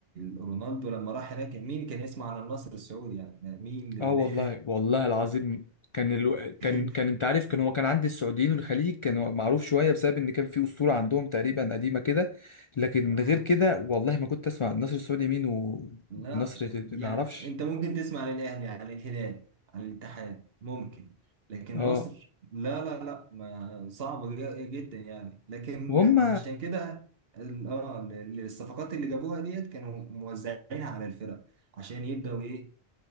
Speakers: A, on the right; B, on the left.
A: رونالدو لما راح هناك مين كان يسمع عن النصر السعودي يعني مين اللي...
B: اه والله والله العظيم كان الو... كان
A: <laughs>
B: كان انت عارف كان هو كان عند السعوديين والخليج كان هو معروف شويه
A: <laughs>
B: بسبب ان كان في اسطوره عندهم تقريبا قديمه كده لكن
A: آه.
B: غير كده والله ما كنت اسمع النصر السعودي مين و...
A: لا
B: والنصر
A: يعني
B: ما اعرفش
A: انت ممكن تسمع عن الاهلي عن الهلال عن الاتحاد ممكن لكن
B: اه
A: مصر لا لا لا ما صعبة ج- جدا يعني لكن
B: وهم
A: عشان كده ال- اه ال- الصفقات اللي جابوها ديت كانوا موزعينها على الفرق عشان يبدأوا إيه،